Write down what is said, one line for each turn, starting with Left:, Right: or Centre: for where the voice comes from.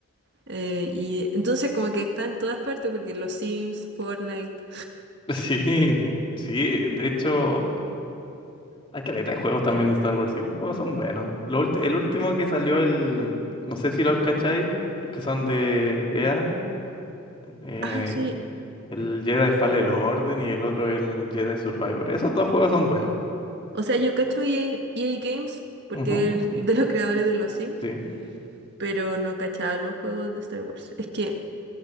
Right: Eh, y entonces como que está en todas partes, porque los Sims, Fortnite.
Left: Sí, sí, de hecho, hay caleta de juegos también de Star Wars y los juegos son buenos. Lo ulti- el último que salió, el, no sé si lo cacháis, los que son de EA, eh,
Right: Ah, sí.
Left: el Jedi Fallen Order y el otro el Jedi Survivor. Esos dos juegos son buenos.
Right: O sea, yo cacho EA, EA Games, porque
Left: Ujú,
Right: es el- de los creadores de los Sims,
Left: sí.
Right: pero no cachaba los juegos de Star Wars. Es que